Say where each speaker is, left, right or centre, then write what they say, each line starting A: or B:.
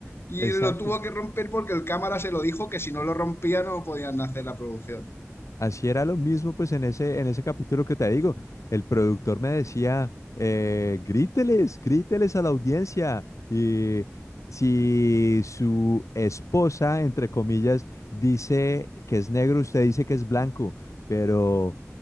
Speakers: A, on the left; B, on the left.
A: Y
B: exacto.
A: lo tuvo que romper porque el cámara se lo dijo que si no lo rompía no podían hacer la producción.
B: Así era lo mismo, pues en ese, en ese capítulo que te digo, el productor me decía, eh, gríteles, gríteles a la audiencia. Y si su esposa, entre comillas, dice que es negro, usted dice que es blanco, pero